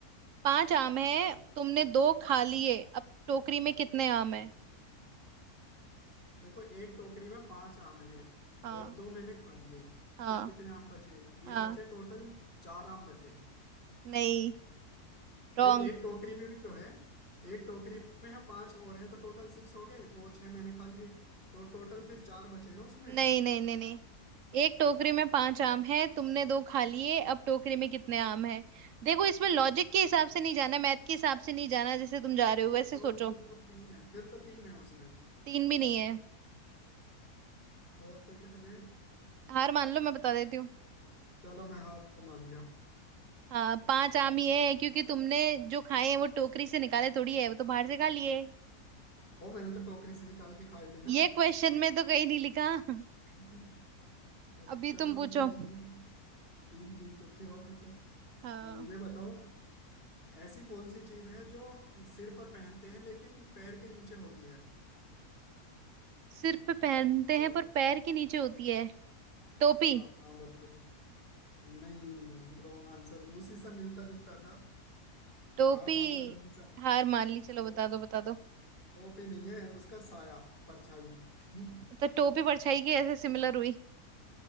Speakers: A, on the right; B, on the left.
A: पांच आम है
B: चार
A: तुमने दो खा लिए अब टोकरी में कितने आम है
B: देखो एक टोकरी में पांच आम हैं
A: हाँ
B: और दो मैंने खा लिए
A: हाँ
B: तो कितने आम बचे
A: हाँ
B: ये बचे टोटल चार आम बचे
A: नहीं
B: भाई
A: रॉन्ग।
B: एक टोकरी में भी तो है एक टोकरी में है पांच और है तो टोटल सिक्स हो गए वो छह मैंने खा लिए तो टोटल फिर चार बचे ना उसमें
A: नहीं नहीं नहीं नहीं एक टोकरी में पांच आम है तुमने दो खा लिए अब टोकरी में कितने आम है देखो इसमें लॉजिक के हिसाब से नहीं जाना मैथ के हिसाब से नहीं जाना जैसे तुम जा रहे हो वैसे
B: तो
A: सोचो
B: फिर तो तीन है फिर तो तीन है उसमें
A: तीन भी नहीं है
B: और फिर कितने
A: हार मान लो मैं बता देती हूँ
B: चलो मैं हार मान
A: हाँ पांच आम ही है
B: गया
A: क्योंकि तुमने जो खाए हैं वो टोकरी से निकाले थोड़ी है वो तो बाहर से खा लिए
B: वो मैंने तो टोकरी से निकाल के खाए थे ना
A: ये क्वेश्चन में तो कहीं नहीं लिखा <laughs>
B: <laughs>
A: अभी
B: चलो
A: तुम पूछो
B: कोई नहीं तीन जीत चुकी हो अभी तक
A: हाँ
B: अ, ये बताओ ऐसी कौन सी चीज है जो सिर पर पहनते हैं लेकिन पैर के नीचे होती है
A: सिर पे पहनते
B: बताओ
A: हैं पर पैर के नीचे होती है टोपी
B: हाँ हाँ बताओ तुम। नहीं रॉन्ग आंसर उसी से मिलता जुलता था
A: टोपी
B: हार मान लो जल्दी से
A: हार मान ली चलो
B: तो
A: बता दो बता दो
B: टोपी नहीं है उसका साया परछाई <laughs>
A: तो टोपी परछाई की ऐसे सिमिलर हुई